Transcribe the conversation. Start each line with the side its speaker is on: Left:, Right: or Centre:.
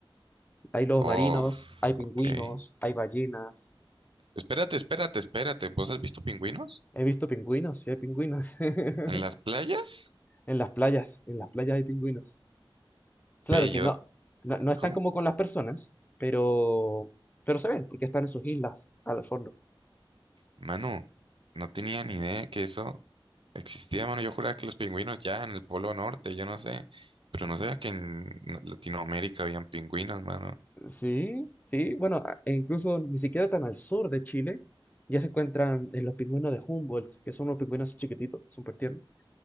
Left: Hay lobos
Right: Oh,
Left: marinos, hay pingüinos,
Right: ok.
Left: hay ballenas.
Right: Espérate, espérate, espérate. ¿Vos has visto pingüinos?
Left: He visto pingüinos, sí hay pingüinos. <laughs>
Right: ¿En las playas?
Left: En las playas, en las playas hay pingüinos. Claro
Right: Ve,
Left: que
Right: yo...
Left: no, no, no están
Right: ¿Cómo?
Left: como con las personas, pero, pero se ven, porque están en sus islas al fondo.
Right: Manu, no tenía ni idea que eso existía, mano. Yo juraba que los pingüinos ya en el Polo Norte, yo no sé. Pero no sabía que en Latinoamérica habían pingüinos, mano.
Left: Sí, sí, bueno, a- e incluso ni siquiera tan al sur de Chile, ya se encuentran en los pingüinos de Humboldt, que son unos pingüinos chiquititos, súper tiernos.